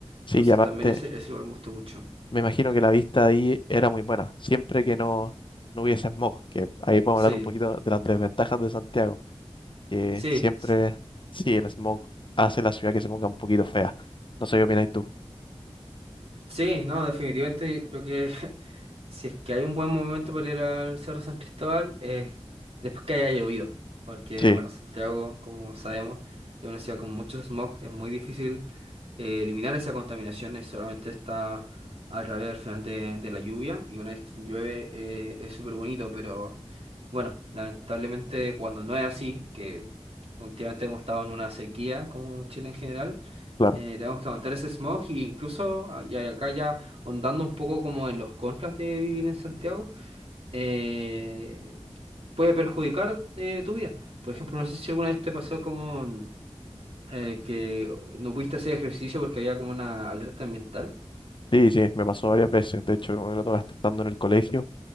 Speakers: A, on the left; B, on the right.
A: Sí,
B: Entonces
A: y aparte,
B: también ese, ese lugar me gustó mucho.
A: me imagino que la vista ahí era muy buena, siempre que no, no hubiese smog, que ahí podemos
B: Sí,
A: hablar un poquito de las desventajas de Santiago, que
B: sí.
A: siempre, sí, el smog hace la ciudad que se ponga un poquito fea. No sé qué opinas tú.
B: Sí, no, definitivamente creo que <laughs> si es que hay un buen momento para ir al Cerro San Cristóbal, es después que haya llovido, porque
A: Sí.
B: bueno, Santiago, como sabemos, es una ciudad con mucho smog, es muy difícil eh, eliminar esa contaminación, eh, solamente está a través al final de, de la lluvia, y una vez que llueve eh, es súper bonito, pero bueno, lamentablemente cuando no es así, que últimamente hemos estado en una sequía como Chile en general,
A: claro.
B: eh, tenemos que aguantar ese smog y incluso a- y acá ya ondando un poco como en los contras de vivir en Santiago, eh, puede perjudicar eh, tu vida. Por ejemplo, no sé si alguna vez te pasó como eh, que no pudiste hacer ejercicio porque había como una alerta ambiental.
A: Sí, sí, me pasó varias veces. De hecho, como me lo tocaste estando en el colegio,